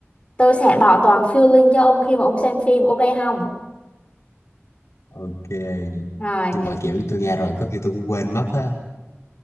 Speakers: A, on the left (about 25°); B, on the left (about 90°).
A: tôi sẽ bảo toàn feeling cho ông khi mà ông xem phim, ok không?
B: ok
A: Rồi.
B: nhưng mà kiểu tôi nghe rồi có khi tôi cũng quên mất á